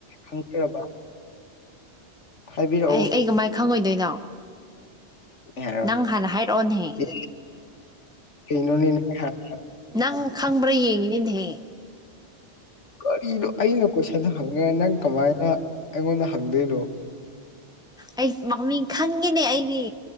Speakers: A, on the left; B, in the centre.
A: ꯈꯪꯖꯔꯕ ꯍꯥꯏꯕꯤꯔꯛꯑꯣ
B: ꯑꯩ ꯑꯩ ꯀꯃꯥꯏ ꯈꯪꯉꯣꯏꯗꯣꯏꯅꯣ
A: ꯍꯥꯏꯔꯣꯅꯦ
B: ꯅꯪ ꯍꯥꯟꯅ ꯍꯥꯏꯔꯛ ꯑꯣꯅꯤ
A: ꯑꯦ ꯀꯩꯅꯣꯅꯦ ꯅꯪ ꯍꯥꯏ
B: ꯅꯪ ꯈꯪꯕ꯭ꯔꯥ ꯌꯦꯡꯉꯤꯅꯦꯅꯦꯍꯦ
A: ꯀꯔꯤꯅꯣ ꯑꯩꯅ ꯀꯣꯏꯁꯟꯗ ꯍꯪꯉ꯭ꯔꯦ ꯅꯪ ꯀꯃꯥꯏꯅ ꯑꯩꯉꯣꯟꯗ ꯍꯪꯗꯣꯏꯅꯣ
B: ꯑꯩ ꯃꯃꯤ ꯈꯟꯈꯤꯅꯦ ꯑꯩꯗꯤ